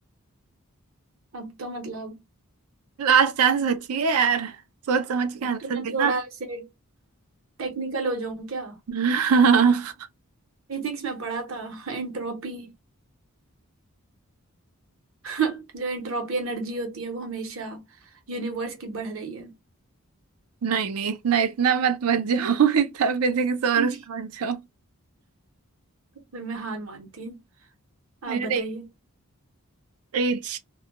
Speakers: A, on the right; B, on the right.
A: अब तो मतलब
B: लास्ट चांस बची है यार सोच समझ के
A: अब
B: आंसर
A: तो मैं
B: देना
A: थोड़ा से टेक्निकल हो जाऊं क्या
B: <laughs>
A: फिजिक्स में पढ़ा था एंट्रोपी <laughs> जो एंट्रोपी एनर्जी होती है वो हमेशा यूनिवर्स की बढ़ रही है
B: नहीं नहीं इतना इतना मत मत जाओ <laughs> इतना फिजिक्स और
A: <laughs>
B: उसमें मत जाओ
A: तो फिर मैं हार मानती हूँ
B: अरे
A: आप बताइए
B: एज